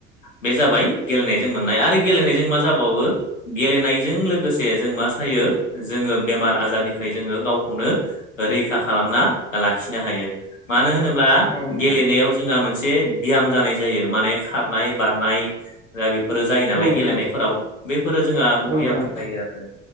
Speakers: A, on the left (about 85°); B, in the centre.
A: बे जाबाय गेलेनायजों मोननाय आरो गेलेनायजों मा जाबावो गेलेनायजों लोगोसे जों मा सायो जोङो बेमार आजारनिफ्राय जोङो गावखौनो रैखा खालामना लाखिनो हायो मानो होनोब्ला
B: औ नोंथां
A: गेलेनायाव जोंहा मोन मोनसे बियाम जानाय जायो माने खारनाय बारनाय दा बे फोरो जायो नालाय
B: औ नोंथां
A: गेलेनायफोराव बेफोरो जोंहा
B: औ नोंथां औ
A: बियाम
B: नोंथां
A: जायो आरो